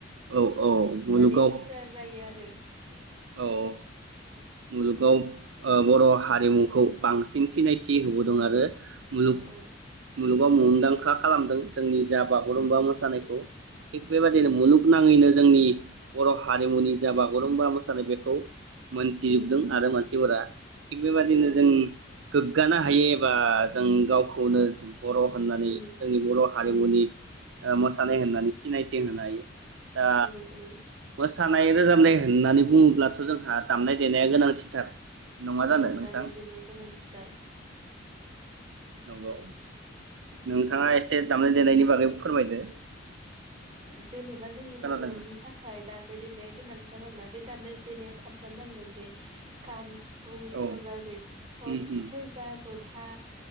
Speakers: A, on the right (about 65°); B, on the right (about 30°).
A: औ औ मुलुगाव
B: माने इन्सपायार जायो आरो।
A: ओ औ मुलुगाव बर' हारिमुखौ बांसिन सिनायथि होबोदों आरो । मुलुग
B: औ औ
A: मुलुग गाव मुंदांखा खालामदों । जोंनि दा बागुरुम्बा
B: उम
A: मोसानायखौ थिग बेबाददिनो
B: औ
A: मुलुगनाङैनो
B: औ
A: जोंनि बर' हारिमुनि जा बागुरुम्बा मोसानाय बेखौ गजोबदों
B: उम उम
A: आरो मानसिफोरा । थिग बेबादिनो
B: औ
A: जों गोग्गानो हायो एबा जों गावखौनो बर' होननानै
B: उम
A: जोंनि बर' हारिमुनि
B: उम
A: मोसानाय होननानै सिनायथि होनो हायो। दा
B: औ औ
A: मोसानाय रोजा - नाय होननानै बुङोब्लाथ' जोंहा दामनाय देनाया गोनांथिथार नङा
B: औ
A: जानो नोंथां
B: दामनाय देनाया गोनांथिथार।
A: नोंगौ नोंथाङा एसे दामनाय देनायनि बागै फोरमायदो।
B: जेनेबा जोंनि
A: खोनादोंना
B: बर'नि थाखाय दामनाय देनाय गोनांथार आरोना बे दामनाय देनायाव थाथारनांगोन जे खाम सि फुं
A: औ
B: सरज जे सर-सेरजा
A: उम उम
B: ज' था